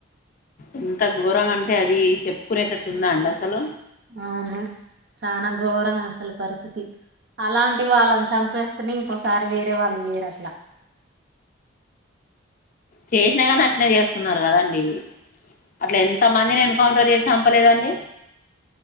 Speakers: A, on the left; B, on the right.
A: ఎంత ఘోరం అంటే అది చెప్పుకునేటట్టుందా అండి అసలు
B: ఔను చనా ఘోరం అసలు పరిస్థితి అలాంటి వాళ్ళన్ చంపేస్తేనే ఇంకోసారి వేరే వాళ్ళు చేయరట్ల
A: చేశ్నా గనీ అట్నే జేస్తున్నారు కదాండి అట్ల ఎంత మందిని ఎన్కౌంటర్ జేస్ చంపలేదండీ